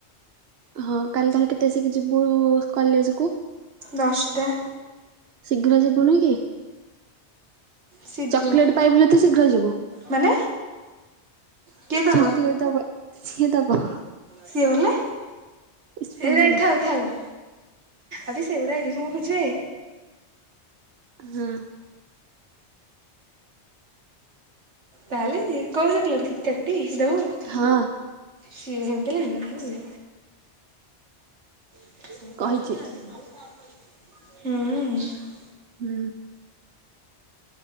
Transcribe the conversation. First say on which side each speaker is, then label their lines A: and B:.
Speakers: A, on the right; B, on the right.
A: ହଁ କାଲି ତାହେଲେ କେତେ ସିଗୀ- ଯିବୁ କଲେଜ କୁ?
B: ଦଶଟା।
A: ଶୀଘ୍ର ଯିବୁନି କି?
B: ଶୀଘ୍ର
A: ଚକୋଲେଟ୍ ପାଇବୁ ଜଦୀ ଶୀଘ୍ର ଯିବୁ।
B: ମାନେ? କିଏ ଦବ
A: ଚକଲେଟ ଦବ, ସିଏ ଦବ।
B: ସିଏ ବଲେ
A: ସ୍ପନ୍ଦନ
B: ଏ ନା ଥାଉ ଥାଉ। ଆବେ ସେଗୁଡା ଏଇଠି କଣ ଖୋଜିବେ?
A: ହୁଁ।
B: ପଲି କଉବଜା କ ଲ କି କାଟି ଦେଉ <unintelligible>
A: ହଁ।
B: ସିଏ ହେମତୀ ହେଲା କି ହୁଁ
A: କହିଛି।
B: ଉଁ।
A: ହୁଁ।